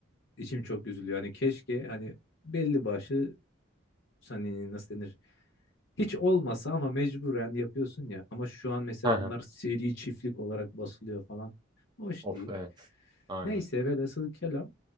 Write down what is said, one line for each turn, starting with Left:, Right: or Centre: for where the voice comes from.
Left: içim çok üzülüyor. Hani keşke hani belli başlı hani nasıl denir hiç olmasa ama mecburen yapıyorsun ya. Ama şu an mesela
Right: Hı
Left: bunlar seri çiftlik olarak basılıyor falan. Hoş
Right: Of,
Left: değil.
Right: evet. Aynen.
Left: Neyse velhasıl kelam.